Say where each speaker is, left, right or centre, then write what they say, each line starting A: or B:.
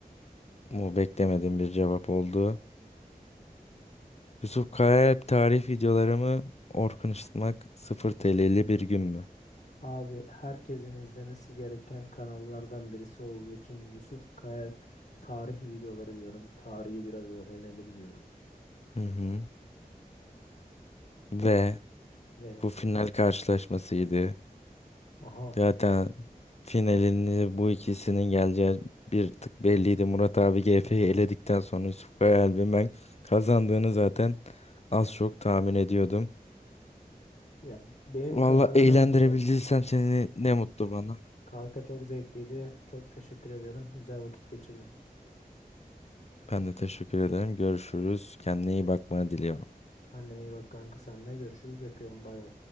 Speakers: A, on the left (about 45°); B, on the left (about 70°).
A: Bu beklemediğim bir cevap oldu. Yusuf Kayaalp tarih videolarımı Orkun Işıtmak 0 TL'li bir gün mü?
B: Abi herkesin izlemesi gereken kanallardan birisi olduğu için Yusuf Kayalp tarih videoları diyorum. Tarihi biraz öğrenelim diyorum.
A: Hı hı. Ve
B: Ve
A: bu final karşılaşmasıydı.
B: aha
A: Zaten finalini bu ikisinin geleceği bir tık belliydi. Murat abi GF'yi eledikten sonra Yusuf Kayaalp'in ben kazandığını zaten az çok tahmin ediyordum.
B: ya benim
A: Valla
B: kazananımdı
A: eğlendirebildiysem
B: zaten.
A: seni ne mutlu bana.
B: Kanka çok zevkliydi. Çok teşekkür ediyorum. Güzel vakit geçirdim.
A: Ben de teşekkür ederim. Görüşürüz. Kendine iyi bakmanı diliyorum.
B: Kendine iyi bak kanka. Seninle görüşürüz. Öpüyorum. Bay bay.